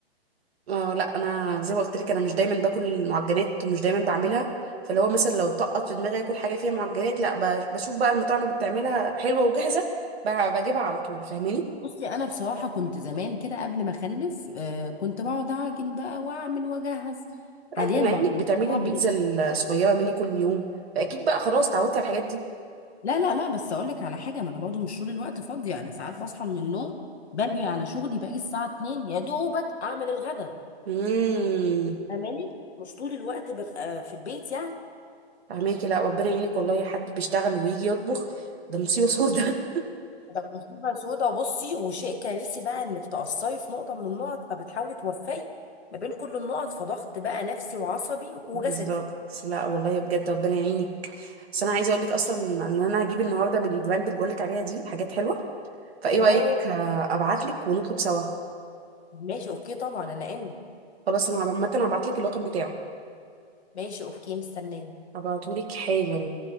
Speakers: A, on the right; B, on the left.
A: اه لا انا زي ما قلت لك انا مش دايما باكل معجنات ومش دايما بعملها فاللي هو مثلا لو طقط في دماغي اكل حاجه فيها معجنات لا ب- بشوف بقى المطاعم اللي بتعملها حلوه وجاهزه ب- بجيبها على طول فاهماني
B: بصي انا بصراحه كنت زمان كده قبل ما اخلف آه كنت بقعد اعجن بقى واعمل واجهز حاليا
A: لا بما
B: بقى
A: انك
B: الموضوع
A: بتعملي
B: صعب
A: البيتزا
B: جدا
A: الصغيره مني كل يوم فاكيد بقى خلاص اتعودتي على الحاجات دي
B: لا لا لا بس اقول لك على حاجه ما انا برضه مش طول الوقت فاضيه انا ساعات بصحى من النوم باجي على شغلي باجي الساعه 2 يا دوبك اعمل الغدا
A: امم
B: فاهماني مش طول الوقت ببقى في البيت يعني
A: فاهماكي لا ربنا يعينك والله حد بيشتغل ويجي يطبخ ده مصيبه سودة
B: ده مصيبه سودا بصي وشيء كارثي بقى انك تقصري في نقطه من النقط فبتحاولي توفقي ما بين كل النقط فضغط بقى نفسي وعصبي
A: <laughs>
B: وجسدي
A: بالظبط لا والله بجد ربنا يعينك بس انا عايزه اقول لك اصلا ان انا هجيب النهارده من البراند اللي بقول لك عليها دي حاجات حلوه فايه
B: اوه
A: رايك آه، ابعت لك ونطلب سوا
B: ماشي اوكي طبعا انا ان
A: خلاص انا عامه هبعت لك الرقم بتاعه
B: ماشي اوكي مستنيه
A: هبعته لك حالا